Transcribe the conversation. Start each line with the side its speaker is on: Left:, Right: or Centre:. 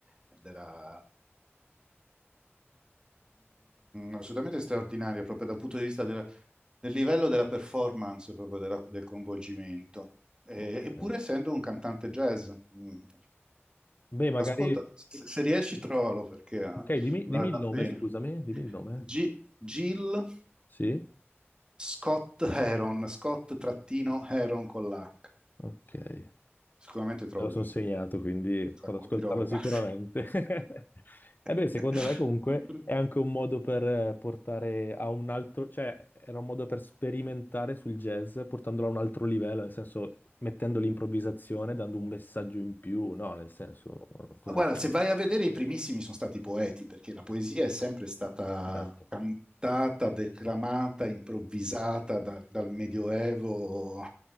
Right: ed era assolutamente straordinario proprio dal punto di vista della- del livello della performance, proprio della- del coinvolgimento, Eh,
Left: ok.
Right: eppure essendo un cantante jazz. mm,
Left: Beh, magari.
Right: Ascolta, se se riesci trovalo perché eh,
Left: Ok, dimmi,
Right: vale
Left: dimmi il
Right: la
Left: nome,
Right: pena.
Left: scusami, dimmi il nome.
Right: Gi- Gil
Left: Sì?
Right: Scott Heron, Scott trattino Heron con l'H.
Left: Ok, me
Right: Sicuramente trovi
Left: lo sono
Right: un
Left: segnato, quindi
Right: sacco
Left: ad ascoltarlo
Right: di roba.
Left: sicuramente. <laughs>
Right: <laughs>
Left: E beh, secondo me comunque è anche un modo per eh, portare a un altro, cioè era un modo per sperimentare sul jazz, portandolo a un altro livello, nel senso mettendo l'improvvisazione, dando un messaggio in più, no, nel senso, "Oh, cosa
Right: Ma guarda,
Left: ne pensi?
Right: se vai a vedere i primissimi sono stati poeti, perché la poesia è sempre stata
Left: Certo,
Right: cantata, declamata, improvvisata da- dal Medioevo